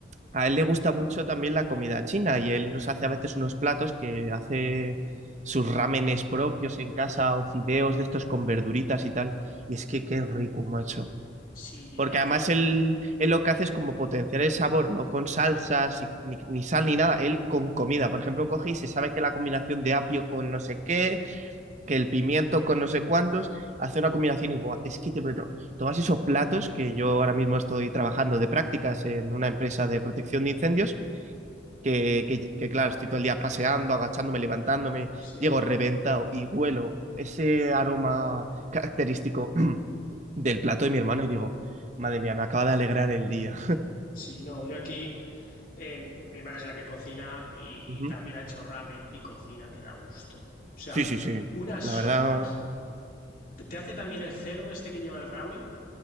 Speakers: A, on the right; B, on the left.
A: a él le gusta mucho también la comida china y él nos hace a veces unos platos que hace sus rámenes propios en casa o fideos de estos con verduritas y tal. Y es que qué rico, macho.
B: Sí,
A: Porque
B: aquí,
A: además él, él lo que hace es como potenciar el sabor, no con salsas, y- ni, ni sal ni nada, él con comida. Por ejemplo, coge y se sabe que la combinación de apio con no sé qué, que el pimiento con no sé cuántos, hace una combinación igual. Es que te prometo, tomas esos platos que yo ahora mismo estoy trabajando de prácticas en una empresa de protección de incendios, que, que, que, claro, estoy todo el día paseando, agachándome, levantándome,
B: sí.
A: llego reventado y huelo ese aroma característico del plato de mi hermano y digo, madre mía, me acaba de alegrar el día.
B: Sí, no, yo aquí, eh, mi madre es la que cocina y
A: Ujú.
B: también ha hecho ramen y cocina que da gusto. O sea,
A: Sí, sí, sí.
B: unas
A: La
B: sopas.
A: verdad,
B: Te hace también el cerdo este que lleva el ramen,